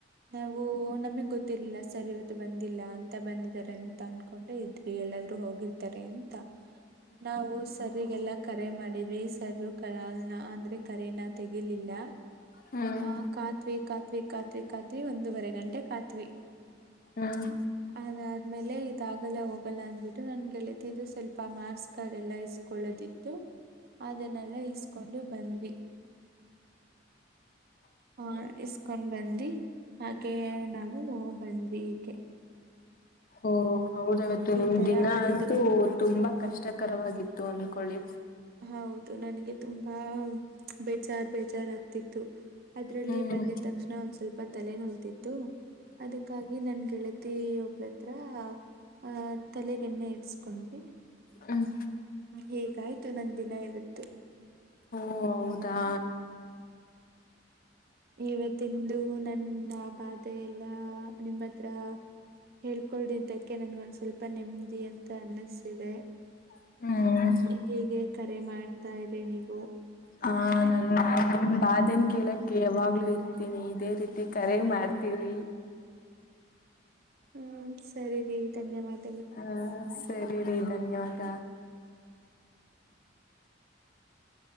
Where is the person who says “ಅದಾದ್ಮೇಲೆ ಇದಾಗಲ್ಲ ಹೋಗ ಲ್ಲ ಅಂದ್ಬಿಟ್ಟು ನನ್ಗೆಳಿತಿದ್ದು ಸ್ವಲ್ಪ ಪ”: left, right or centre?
Right